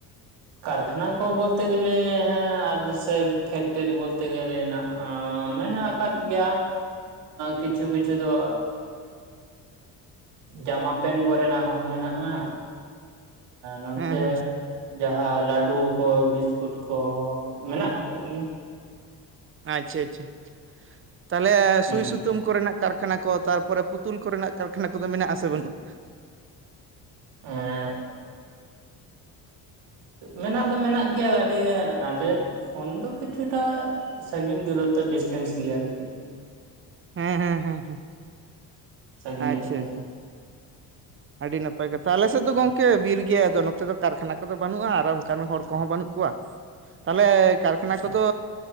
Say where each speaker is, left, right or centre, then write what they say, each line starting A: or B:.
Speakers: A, on the right (about 85°); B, on the right (about 30°).
A: ᱠᱟᱨᱠᱷᱟᱱᱟ ᱠᱚ ᱵᱚᱞᱛᱮ ᱜᱮᱞᱮ ᱟᱨ ᱥᱮ ᱯᱷᱮᱠᱴᱨᱤ ᱵᱚᱞᱛᱮ ᱜᱮᱞᱮᱱᱟᱜ ᱢᱮᱱᱟᱜᱼᱟ ᱟᱠᱟᱫ ᱜᱮᱭᱟ᱾ ᱠᱤᱪᱷᱩ ᱠᱤᱪᱷᱩ ᱫᱚᱼᱼ ᱡᱟᱢᱟ ᱯᱮᱱᱴ ᱠᱚᱨᱮᱱᱟᱜ ᱦᱚᱸ ᱢᱮᱱᱟᱜᱼᱟ ᱟᱨ ᱱᱚᱱᱛᱮ
B: ᱦᱮᱸ ᱦᱮᱸ
A: ᱡᱟᱦᱟᱸ ᱞᱟᱹᱰᱩ ᱠᱚ ᱵᱤᱥᱠᱩᱴ ᱠᱚ ᱢᱮᱱᱟᱜ ᱟᱠᱟᱫ ᱜᱮᱭᱟ᱾
B: ᱟᱪᱪᱷᱟ ᱟᱪᱪᱷᱟ᱾ ᱛᱟᱦᱚᱞᱮ
A: ᱦᱮᱸ
B: ᱥᱩᱭ ᱥᱩᱛᱟᱹᱢ ᱠᱚᱨᱮᱱᱟᱜ ᱠᱟᱨᱠᱷᱟᱱᱟ ᱠᱚ ᱛᱟᱨᱯᱚᱨᱮ ᱯᱩᱛᱩᱞ ᱠᱚᱨᱮᱱᱟᱜ ᱠᱟᱨᱠᱷᱟᱱᱟ ᱠᱚᱫᱚ, ᱢᱮᱱᱟᱜ ᱟᱥᱮ ᱵᱟᱹᱱᱩᱜ-ᱟ?
A: ᱮᱸᱼᱼ ᱦᱮᱸᱼᱼ ᱢᱮᱱᱟᱜ ᱫᱚ ᱢᱮᱱᱟᱜ ᱜᱮᱭᱟ, ᱟᱹᱰᱤ ᱜᱮ, ᱟᱞᱮ ᱠᱷᱚᱱ ᱫᱚ ᱠᱤᱪᱷᱩᱴᱟ ᱥᱟᱺᱜᱤᱧ ᱫᱩᱨᱚᱛᱚ ᱰᱤᱥᱴᱮᱱᱥ ᱜᱮᱭᱟ ᱟᱨᱠᱤ᱾
B: ᱦᱮᱸ ᱦᱮᱸ ᱦᱮᱸ ᱦᱮᱸ᱾
A: ᱥᱟᱹᱜᱤᱧ
B: ᱟᱪᱪᱷᱟ
A: ᱧᱚᱜ ᱜᱮᱭᱟ᱾
B: ᱟᱪᱪᱷᱟ ᱟᱹᱰᱤ ᱱᱟᱯᱟᱭ ᱠᱟᱛᱷᱟ, ᱟᱞᱮ ᱥᱮᱫ ᱫᱚ ᱜᱚᱢᱠᱮ ᱵᱤᱨ ᱜᱮ, ᱟᱫᱚ ᱱᱚᱛᱮ ᱫᱚ ᱠᱟᱨᱠᱷᱟᱱᱟ ᱠᱚᱫᱚ ᱵᱟᱹᱱᱩᱜᱼᱟ᱾ ᱟᱨ ᱚᱱᱠᱟᱱ ᱦᱚᱲ ᱠᱚᱦᱚᱸ ᱵᱟᱹᱱᱩᱜ ᱠᱚᱣᱟ᱾ ᱛᱟᱦᱚᱞᱮ ᱠᱟᱨᱠᱷᱟᱱᱟ ᱠᱚᱫᱚ